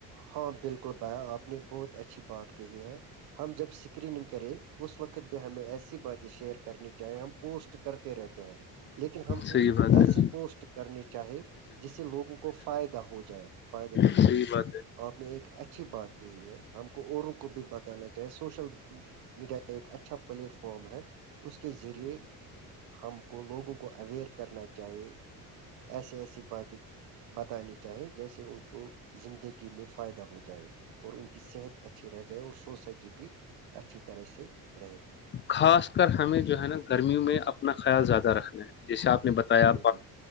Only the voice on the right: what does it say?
ہاں بالکل بایا آپ نے بہت اچھی بات کہی ہے ہم جب اسکریننگ کرے اس وقت بھی ہمیں ایسی باتیں شیئر کرنی چاہیں ہم پوسٹ کرتے رہتے ہیں لیکن ہم کو
ایسے
پوسٹ کرنے چاہے جس سے لوگوں کو فائدہ ہو جائے فائدہ مل
جائے
آپ نے ایک اچھی بات کہی ہے ہم کو اوروں کو بھی بتانا چاہے سوشل میڈیا ایک اچھا پلیٹ فارم ہے اس کے ذریعے ہم کو لوگوں کو اوئر کرنا چاہیے ایسے ایسی باتیں بتانی چاہیں جیسے ان کو زندگی میں فائدہ ہو جائے اور ان کی صحت اچھی رہ جائے اور سوسائٹی بھی اچھی طرح سے رہے
بالکل